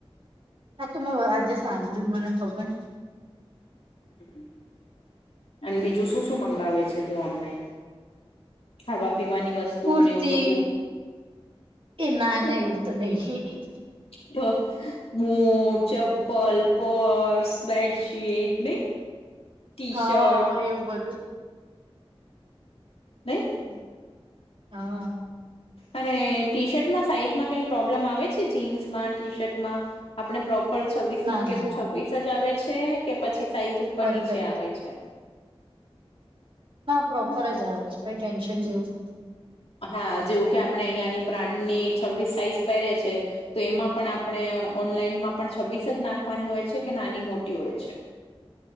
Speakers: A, on the right; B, on the left.
A: આ તો મે આજે સાંભળ્યું મને ખબર નય.
B: હમમ હમમ હમમ. અને બીજું શું શું મંગાવે છે તું ઓનલાઈન? ખાવા પીવાની વસ્તુ
A: કુર્તી
B: ને એવું બધું
A: એ ના
B: <unintelligible>
A: ના એવું તો નહી
B: બૂટ, ચપલ, પર્સ, બેડશીટ નય. ટી
A: હા
B: શર્ટ
A: એવું બધું
B: નય
A: હમમ હા.
B: અને ટી શર્ટમાં સાઈઝમાં કઈ પ્રોબ્લમ આવે છે જીન્સમાં, ટી શર્ટમાં. આપણે પ્રોપર છવ્વીસ
A: ના
B: મૂકીએ
A: ના
B: તો છવ્વીસ જ આવે છે કે પછી સાઈઝ ઉપર
A: પરફેક્ટ
B: નીચે આવે છે.
A: પ્રોપર
B: ના <unintelligible>
A: જ આવે છે કઈ ટેન્શન જેવું નહી
B: હા જેવું કે આપણે અહિયાંની બ્રાન્ડ ની છવ્વીસ સાઈઝ પહેરે છે. તો એમાં પણ આપણે ઓનલાઈનમાં પણ છવ્વીસ જ નાખવાની હોય છે કે નાની મોટી હોય છે.